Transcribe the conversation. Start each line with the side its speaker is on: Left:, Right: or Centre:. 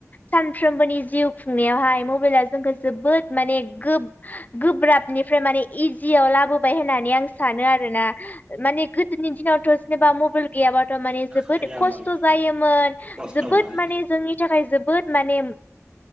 Left: सानफ्रोमबोनि जिउ खुंनायावहाय मबाइला जोंखौ जोबोद माने गोब्राबनिफ्राय माने इजियाव लाबोबाय होननानै आं सानो आरोना । माने गोदोनि दिनावथ' जेनेबा मबाइल गैयाबाथ' माने जोबोद
Right: हाया
Left: खस्थ'
Right: मानो
Left: जायोमोन
Right: खस्थ'
Left: जोबोद
Right: मोनो
Left: माने जोंनि थाखाय जोबोद माने